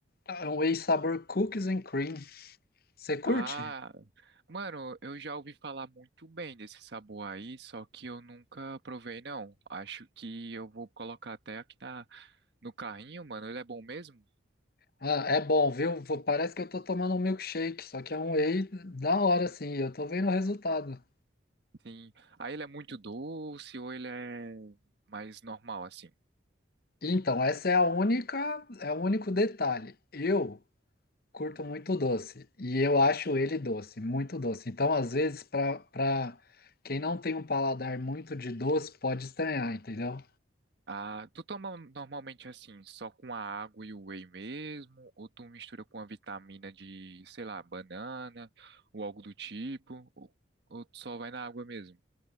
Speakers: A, on the left (about 50°); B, on the right (about 55°).
A: é um whey sabor cookies and cream. Você curte?
B: Ah, mano, eu já ouvi falar muito bem desse sabor aí, só que eu nunca provei, não. Acho que eu vou colocar até aqui na, no carrinho, mano. Ele é bom mesmo?
A: Ah, é bom, viu? Vou- Parece que eu tô tomando um milkshake, só que é um whey da hora, assim. Eu tô vendo o resultado.
B: Sim. Aí ele é muito doce ou ele é mais normal, assim?
A: Então, essa é a única, é o único detalhe. Eu curto muito doce e eu acho ele doce, muito doce. Então, às vezes, para para quem não tem um paladar muito de doce, pode estranhar, entendeu?
B: Ah, tu toma normalmente assim, só com a água e o whey mesmo? Ou tu mistura com a vitamina de, sei lá, banana ou algo do tipo? Ou, ou tu só vai na água mesmo?